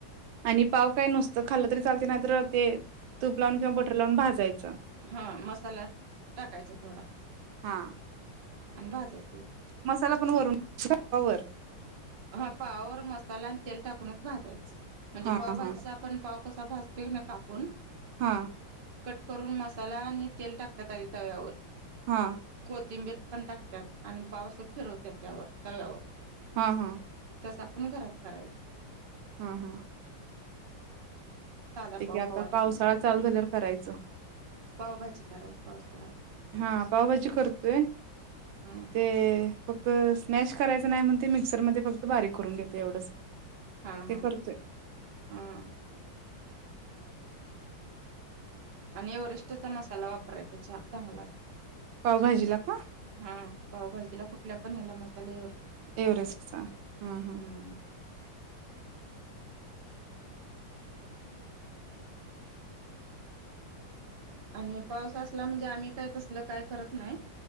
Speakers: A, on the right; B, on the right.
A: आणि पाव काय नुसतं खाल्ल तरी चालते नाही तर ते तूप लावून किंवा बटर लावून भाजायचं
B: हा मसाला टाकायचा थोडा
A: हा
B: आणि भाजायच
A: मसाला पण वरून- वर
B: हा पावावर मसाला आणि तेल टाकूनच भाजायचं म्हणजे
A: हा
B: पावभजीच
A: हा
B: आपण पाव कसा भासतोय ना कापून
A: हा
B: कट करून मसाला आणि तेल टाकत्यात आधी तव्यावर
A: हा
B: कोथिंबीर पण टाकत्यात आणि पाव अस फिरवत्यात त्यावर तव्यावर
A: हां हां
B: तस आपण घरात करायचं
A: हा-हा
B: साधा पाव
A: आता
B: खाऊ वाटत
A: पावसाळा
B: नसला तरी
A: चालू झाल्यावर करायचं.
B: पावभाजी करायच पावसाळ्यात
A: हा पावभाजी करतोय
B: हम्म
A: ते फक्त तर स्मॅश करायचं नाही म्हणून ते मिक्सरमध्ये फक्त बारीक करून घेतोय एवढंच
B: हा-
A: ते
B: हा-
A: करतोय
B: हा... आणि एवरेष्टचा मसाला वापरायचा छा- चांगला अस
A: पावभाजीला का
B: हा पावभाजीला कुठल्या पण हेला मसा चुलीवरचा चांगला
A: एव्हरेस्टचा
B: आहे <unintelligible>
A: हा हा
B: हम्म.. आणि पाऊस असला म्हणजे आम्ही काय तसल काय करत नाही